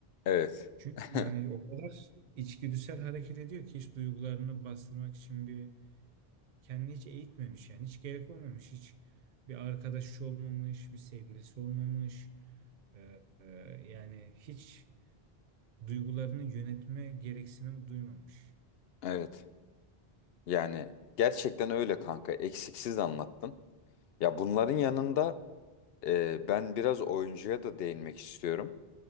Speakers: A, on the left; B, on the right.
A: evet.
B: Çünkü
A: <laughs>
B: yani o kadar içgüdüsel hareket ediyor ki hiç duygularını bastırmak için bir kendini hiç eğitmemiş yani hiç gerek olmamış hiç bir arkadaşı olmamış bir sevgilisi olmamış Ee, e, yani hiç duygularını yönetme gereksinimi duymamış.
A: Evet. Yani gerçekten öyle kanka. Eksiksiz anlattın. Ya bunların yanında e, ben biraz oyuncuya da değinmek istiyorum.